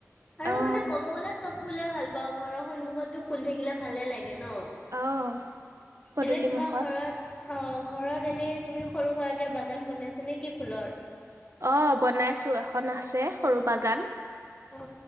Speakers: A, on the left; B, on the right.
A: আৰু
B: অ',
A: মানে ক'ব গ'লে চব ফুলে ভাল পাওঁ, ঘৰৰ সন্মুখতটো ফুল থাকিলে ভালে লাগে। ন,
B: অ', পদূলি
A: এনে তোমাৰ
B: মুখত।
A: ঘৰত অ ঘৰত এনে তুমি সৰু সুৰাকে বাগান বনাইছে নে কি ফুলৰ?
B: অ বনাইছো এখন আছে। সৰু বাগান।
A: অ